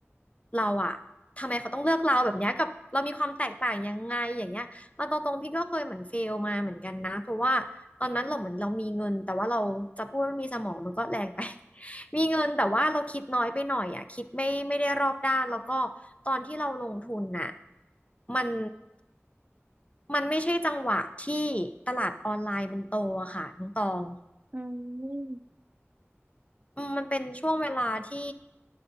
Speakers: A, on the left; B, on the right.
A: เราอะทำไมเขาต้องเลือกเราแบบเนี้ยกับเรามีความแตกต่างยังไงอย่างเงี้ยเราตรงๆพี่ก็เคยเหมือนเฟลมาเหมือนกันนะเพราะว่าตอนนั้นเราเหมือนเรามีเงินแต่ว่าเราจะพูดว่าไม่มีสมองมันก็แรงไป <laughs> มีเงินแต่ว่าเราคิดน้อยไปหน่อยอ่ะคิดไม่ไม่ได้รอบด้านแล้วก็ตอนที่เราลงทุนน่ะมันมันไม่ใช่จังหวะที่ตลาดออนไลน์มันโตอะค่ะน้องตอง
B: อืม
A: อืมมันเป็นช่วงเวลาที่